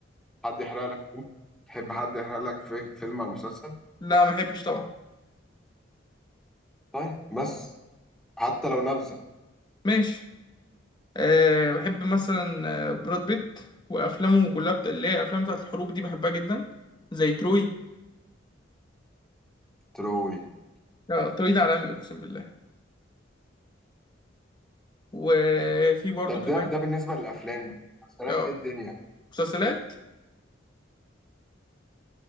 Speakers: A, in the centre; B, on the left.
A: حد يحرق لك تحب حد يحرق لك في فيلم او مسلسل
B: لا ما بحبش طبعا
A: طيب بس حتى لو نبذه
B: ماشي أه بحب مثلا آه، براد بيت وافلامه كلها بتا... اللي هي افلام بتاعت الحروب دي بحبها جدا زي تروي
A: تروي
B: اه تروي ده عالمي اقسم بالله وفي برضو
A: طب
B: كمان
A: ده ده بالنسبه للافلام مسلسلات
B: اه
A: ايه الدنيا
B: مسلسلات